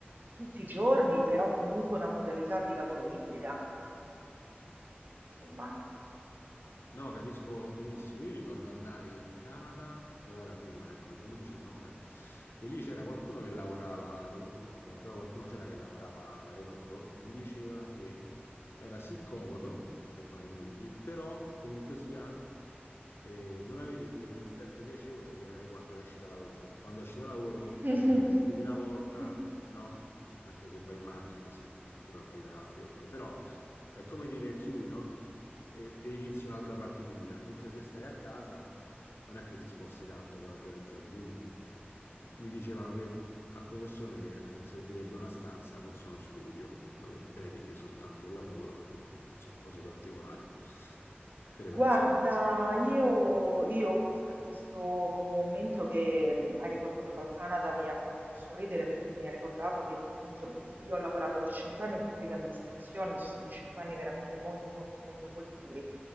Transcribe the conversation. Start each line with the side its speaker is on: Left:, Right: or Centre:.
Right: tutti i giorni, però comunque una modalità di lavoro ibrida. Insomma.
Left: No, capisco benissimo. Io ricordo andai in Canada, però era prima del Covid, 2019, e lì c'era qualcuno che lavorava, comunque pochi, eh, però qualcuno c'era che lavorava da remoto e mi diceva che era sì comodo per vari motivi, però comunque sia eh, non avevi quell'effetto piacevole che hai quando esci da lavoro. Quando esci da lavoro,
Right: <laughs>
Left: come dire, chiudi la porta, no? Anche se vai in macchina, sì, ti fa un po' di traffico, ok, però è come dire chiudi, no? e, e inizi un'altra parte di vita. Mentre se stai a casa non è che ti sposti tanto per ovvie ragioni. Quindi mi dicevano che alcune persone che eh, servirebbe una stanza, forse uno studio dove dedichi soltanto il lavoro oppure non so, cose particolari. Che ne
Right: Guarda,
Left: pensi?
Right: io, io ho questa- questo commento che mh, hai riportato dal Canada mi ha fatto sorridere perché mi ha ricordato che appunto i- io ho lavorato per cinque anni in pubblica amministrazione, sono stati cinque anni veramente molto molto molto molto duri.